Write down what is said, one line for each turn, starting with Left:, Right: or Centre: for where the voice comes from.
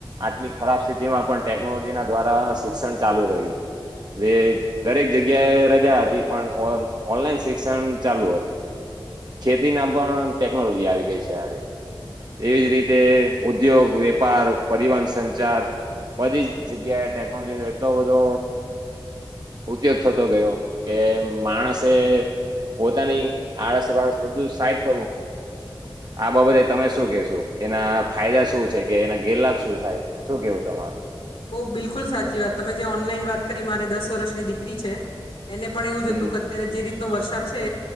Right: આટલી ખરાબ સ્થિતિમાં પણ ટેકનોલોજીના દ્વારા શિક્ષણ ચાલુ રહ્યું જે દરેક જગ્યાએ રજા હતી પણ ઓન ઓનલાઈન શિક્ષણ ચાલુ હતું. ખેતીના પણ ટેકનોલોજી આવી ગઈ છે આજે એવી જ રીતે ઉદ્યોગ વેપાર પરિવહન સંચાર બધી જ જગ્યાએ ટેકનોલોજી નો એટલો બધો ઉપયોગ થતો ગયો કે માણસે પોતાની આળસ બાળસ બધું સાઈટ પર મુકી આ બાબતે તમે શું કહેશો એના ફાયદા શું છે કે એના ગેરલાભ શું થાય? શું કેવું તમારૂ?
Left: બઉ બિલકુલ સાચી વાત તમે જે ઓનલાઈન વાત કરી મારે દસ વર્ષની દીકરી છે એને પણ એવું જ
Right: હમ
Left: હતું કે અત્યારે જે રીતે નો વરસાદ છે